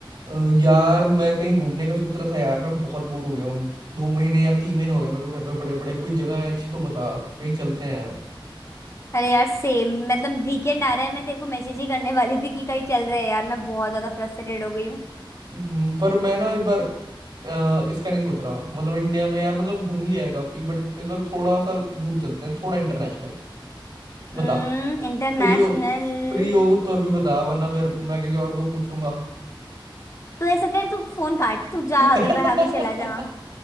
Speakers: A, on the right; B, on the left.
A: अ, यार मैं कहीं घूमने का सोच रहा था यार मैं बहुत बोर हो गया हूँ दो महीने या तीन महीने हो गए मेरे को घर पे पड़े पड़े कोई जगह है अच्छी तो बता कहीं चलते हैं यार
B: अरे यार सेम मतलब वीकेंड आ रहा है मैं तेरे को मैसेज ही करने वाली थी कि कहीं चल रहे हैं यार मैं बहुत ज्यादा फ्रस्ट्रेटेड हो गई हूँ
A: हम्म, पर मैं ना इस बार अ, इसका नहीं सोच रहा मतलब इंडिया में यार मतलब घूम लिया है काफी बट इस बार थोड़ा सा दूर चलते हैं थोड़ा इंटरनेशनल बता
B: इंटरनेशनल
A: फ्री हो फ्री हो तो अभी बता वरना फिर मैं किसी और को पूछ लूंगा
B: तू ऐसा कर तू फोन काट तू जा
A: <laughs>
B: अभी वहां भी चला जा वहाँ